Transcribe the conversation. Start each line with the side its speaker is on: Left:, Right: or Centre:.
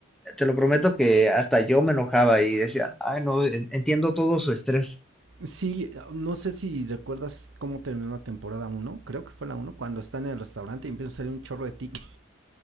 Centre: te lo prometo que hasta yo me enojaba y decía, ay, no, en- entiendo todo su estrés.
Right: Sí, no sé si recuerdas cómo terminó la temporada uno Creo que fue la uno Cuando están en el restaurante y empieza a salir un chorro de tickets.